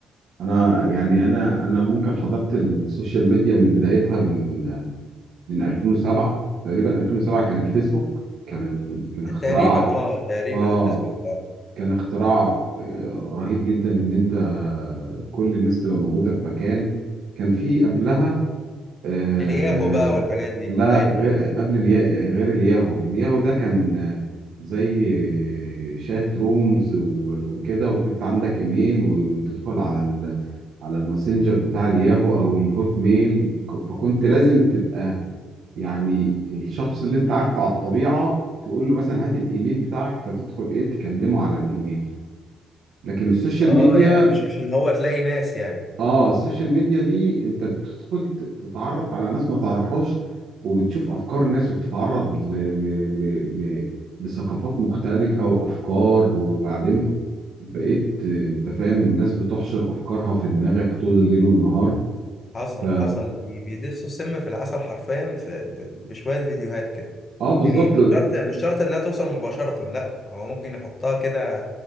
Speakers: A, on the right; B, on the left.
A: انا يعني انا انا ممكن حضرت السوشيال ميديا من بدايتها من من 2007 تقريبا 2007 كان الفيسبوك كان ال... كان اختراع
B: تقريبا اه تقريبا
A: اه
B: الفيسبوك آه.
A: كان اختراع آه، رهيب جدا ان انت كل الناس تبقى موجودة في مكان كان في قبلها آه
B: الياهو بقى والحاجات دي
A: لا
B: ايوه
A: غير قبل اليا غير الياهو الياهو ده كان آه، زي آه، شات رومز و- وكده وكنت عندك ايميل و- وتدخل على ال على الماسنجر بتاع الياهو او الهوت ميل ك- فكنت لازم تبقى يعني الشخص اللي انت عارفه على الطبيعة تقول له مثلا هات الايميل بتاعك فتدخل ايه تكلمه على الايميل لكن السوشيال
B: اه
A: ميديا
B: يعني مش مش اللي هو تلاقي ناس يعني
A: اه السوشيال ميديا دي انت بتدخل ت- تتعرف على ناس ما تعرفهاش وبتشوف افكار ناس وبتتعرض ل... ل... ل... ل... لثقافات مختلفة وافكار وبعدين بقيت آه، انت فاهم الناس بتحشر افكارها في دماغك طول الليل والنهار
B: حصل
A: ف
B: حصل بي- بيدسوا السم في العسل حرفيا في ب- بشوية فيديوهات كده
A: اه بالظبط
B: يعني مش شرط مش شرط انها توصل مباشرة لا هو ممكن يحطها كده